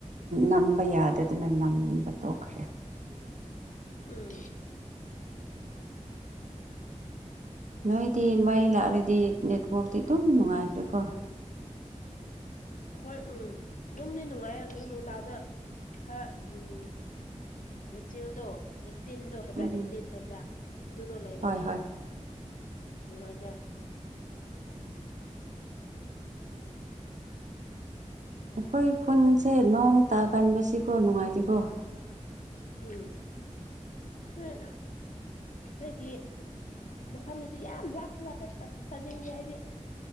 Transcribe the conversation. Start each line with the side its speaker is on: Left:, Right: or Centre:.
Right: ꯅꯝꯕ ꯌꯥꯗꯗꯅ ꯅꯝꯕ ꯇꯣꯛꯈ꯭ꯔꯦ
Left: ꯎꯝ
Right: ꯅꯣꯏꯗꯤ ꯃꯩ ꯂꯥꯛꯔꯗꯤ ꯅꯦꯠꯋꯥꯛꯇꯤ ꯑꯗꯨꯝ ꯅꯨꯡꯉꯥꯏꯈ꯭ꯔꯦꯀꯣ
Left: ꯍꯣꯏ ꯎꯝ ꯌꯝꯗꯤ ꯅꯨꯡꯉꯥꯏꯔꯗꯣ ꯅꯨꯡꯗꯥꯡꯅ ꯍꯥ ꯎꯝ ꯂꯩꯦꯆꯤꯦꯜꯗꯣ ꯂꯩꯆꯤꯟꯗꯣ ꯍꯥꯏꯕ꯭ꯔꯥ
Right: ꯎꯝ
Left: ꯂꯩꯆꯤꯟ ꯍꯥꯏꯕ꯭ꯔꯥ ꯑꯗꯨꯗꯣ ꯂꯩꯔꯗꯤ
Right: ꯍꯣꯏ ꯍꯣꯏ
Left: ꯅꯨꯡꯉꯥꯏꯈꯦ
Right: ꯑ ꯑꯩꯈꯣꯏ ꯈꯨꯟꯁꯦ ꯅꯣꯡ ꯇꯥ ꯀꯟꯕꯁꯤꯀꯣ ꯅꯨꯡꯉꯥꯏꯇꯦꯀꯣ
Left: ꯎꯝ ꯎꯝ ꯅꯣꯏꯒꯤ ꯃꯐꯝꯁꯤꯗꯤ ꯌꯥꯝ ꯂꯥꯞ ꯂꯥꯞꯄ ꯆꯠ ꯆꯠꯅꯤꯡꯗꯦ ꯑꯩꯗꯤ